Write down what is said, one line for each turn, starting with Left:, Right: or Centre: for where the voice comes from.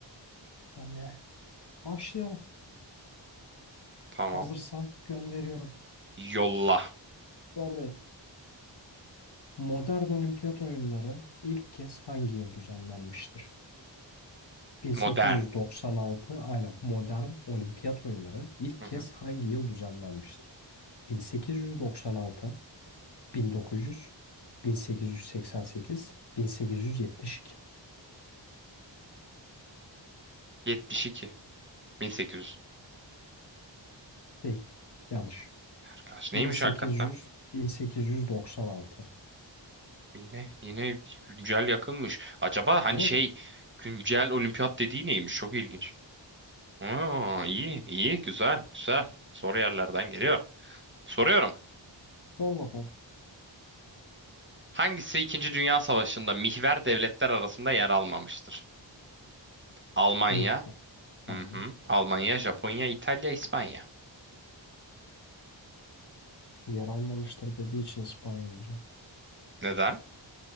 Left: Hani başlayalım.
Right: Tamam.
Left: Hazırsan gönderiyorum.
Right: Yolla.
Left: Oradayım. Modern Olimpiyat oyunları ilk kez hangi yıl düzenlenmiştir? 1896
Right: Modern.
Left: aynen modern olimpiyat oyunları ilk
Right: Hı hı.
Left: kez hangi yıl düzenlenmiştir? 1896 1900, 1888, 1872.
Right: 72. 1800.
Left: Değil. Yanlış.
Right: Arkadaş neymiş
Left: 1800,
Right: hakikaten?
Left: 1896.
Right: Yine yine güncel yakınmış. Acaba hani
Left: Evet.
Right: şey güncel olimpiyat dediği neymiş? Çok ilginç. Aa, iyi iyi güzel güzel. Soru yerlerden geliyor. Soruyorum.
Left: Sor bakalım.
Right: Hangisi İkinci Dünya Savaşı'nda mihver devletler arasında yer almamıştır? Almanya.
Left: Mihver. Tamam.
Right: Hı hı. Almanya, Japonya, İtalya, İspanya.
Left: Yer almamıştır dediği için İspanya diyeceğim.
Right: Neden?